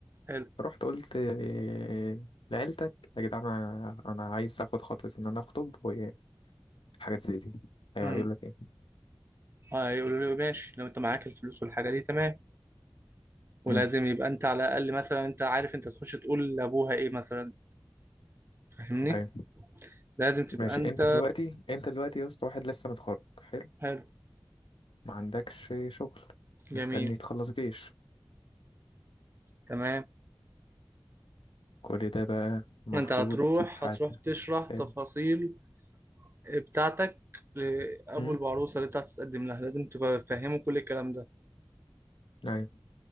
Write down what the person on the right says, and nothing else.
حلو
امم
اه يقولوا له ماشي لو انت معاك الفلوس والحاجة دي تمام ولازم
يبقى انت على الاقل مثلا انت عارف انت تخش تقول لابوها ايه مثلا فاهمني
لازم تبقى
انت
حلو
جميل
تمام
انت هتروح
هتروح تشرح
تفاصيل بتاعتك لابو
العروسه اللي انت هتتقدم لها لازم تبقى فاهمه كل الكلام ده